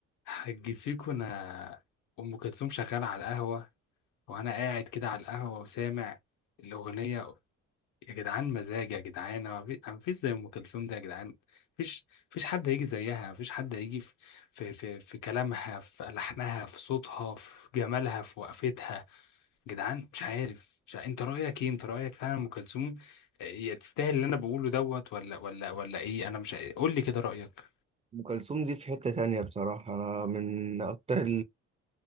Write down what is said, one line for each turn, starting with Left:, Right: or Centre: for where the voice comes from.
Left: حج سيكو انا ام كلثوم شغاله على القهوه وانا قاعد كده على القهوه وسامع الاغنيه يا جدعان مزاج يا جدعان ما في- ما فيش زي ام كلثوم ده يا جدعان مفيش مفيش حد هيجي زيها مفيش حد هيجي في في في, في كلامها في لحنها في صوتها في جمالها في وقفتها يا جدعان مش عارف مش عارف. انت رايك ايه انت رايك فعلا ام كلثوم آه، تستاهل اللي انا بقوله دوت ولا ولا ولا ايه انا مش قول لي كده رايك
Right: ام كلثوم دي في حتة تانية بصراحة انا من اكتر